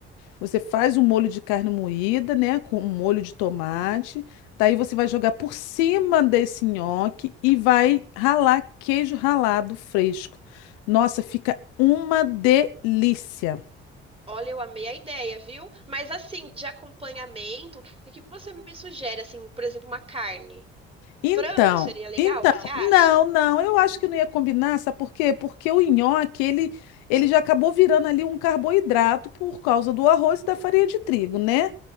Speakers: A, on the left (about 85°); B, on the right (about 20°).
A: Você faz um molho de carne moída, né? Com um molho de tomate. Daí você vai jogar por cima desse nhoque e vai ralar queijo ralado fresco. Nossa, fica uma delícia.
B: Olha, eu amei a ideia, viu? Mas assim, de acompanhamento, o que que você me sugere? Assim, por exemplo, uma carne.
A: Então,
B: Frango seria legal,
A: então,
B: você acha?
A: não, não, eu acho que não ia combinar, sabe por quê? Porque o nhoque, ele, ele já acabou virando ali um carboidrato por causa do arroz e da farinha de trigo, né?